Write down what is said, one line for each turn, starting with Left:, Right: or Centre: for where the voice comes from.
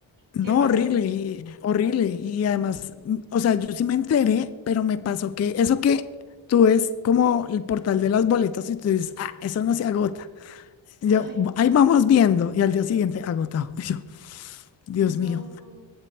Left: No,
Right: ¿qué pasó?
Left: horrible, y- horrible. Y además, mm, o sea, yo sí me enteré, pero me pasó que eso que tú ves como el portal de las boletas y tú dices, ah, eso no se agota. Y
Right: Ay,
Left: yo, "Bu- ahí vamos viendo. Y al día siguiente, agotado. <laughs> Y yo,
Right: no.
Left: Dios mío.